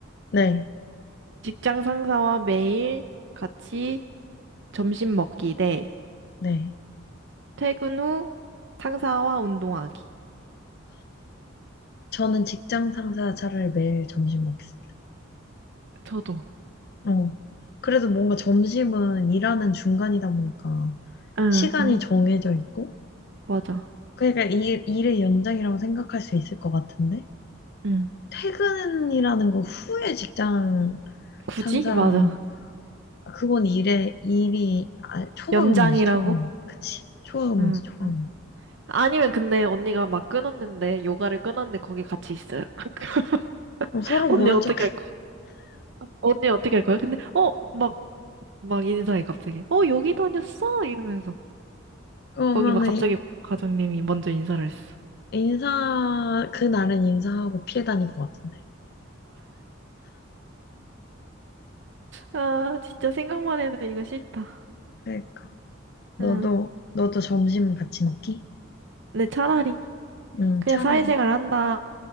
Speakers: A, on the left; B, on the right.
A: 네.
B: 직장 상사와 매일 같이 점심 먹기 대
A: 네.
B: 퇴근 후 상사와 운동하기.
A: 저는 직장 상사 차라리 매일 점심 먹겠습니다.
B: 저도.
A: 어. 그래도 뭔가 점심은 일하는 중간이다 보니까
B: 응,
A: 시간이
B: 응,
A: 정해져 있고,
B: 맞아.
A: 그러니까 일, 일의 연장이라고 생각할 수 있을 것 같은데,
B: 응.
A: 퇴근이라는 거 후에 직장
B: 굳이?
A: 상사랑,
B: 맞아.
A: 아, 그건 일에, 일이, 아, 초과
B: 연장이라고?
A: 근무지, 초과 근무. 그치. 초과 근무지,
B: 응.
A: 초과
B: 응.
A: 근무.
B: 아니면 근데 언니가 막 끊었는데 요가를 끊었는데 거기 같이 있어요. <laughs>
A: 그럼 서로
B: 언니
A: 모른
B: 어떻게
A: 척해.
B: 할 거야? 언니 어떻게 할 거야? 근데 어, 막, 막 인사해 갑자기. 어, 여기 다녔어? 이러면서.
A: 그러면은
B: 거기 막 갑자기
A: 이-
B: 과장님이 먼저 인사를 했어.
A: 인사, 그날은 인사하고 피해 다닐 것 같은데.
B: 아, 진짜 생각만 해도 이거 싫다.
A: 그러니까. 너도,
B: 응.
A: 너도 점심 같이 먹기?
B: 근데 차라리
A: 응,
B: 그냥
A: 차라리.
B: 사회생활 한다